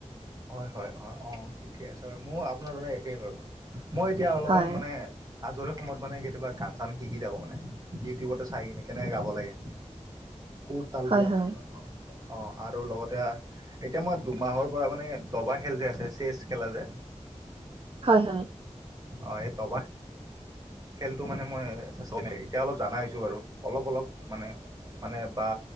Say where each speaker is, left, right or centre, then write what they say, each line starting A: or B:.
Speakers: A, on the right; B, on the right.
A: হয় হয় হয় অ ঠিকে আছে বাৰু মোৰ আপোনাৰ দৰে একেই বাৰু মই এতিয়া অলপমান
B: হয়
A: মানে আজৰি সময়ত মানে কেতিয়াবা গান-চান শিকি থাকোঁ মানে ইউটিউবতে চাই কিনে কেনেকে গাব লাগে <inaudible> সু তাল
B: হয়
A: বিলাক
B: হয়
A: অ আৰু লগতে এতিয়া মই দুমাহৰ পৰা মানে দবা খেল যে এছ এইচ এচ খেলে যে
B: হয় হয়
A: অ এই ডবা খেলটো মানে মই এতিয়া অলপ জানা হৈছো বাৰু অলপ অলপ মানে মানে বা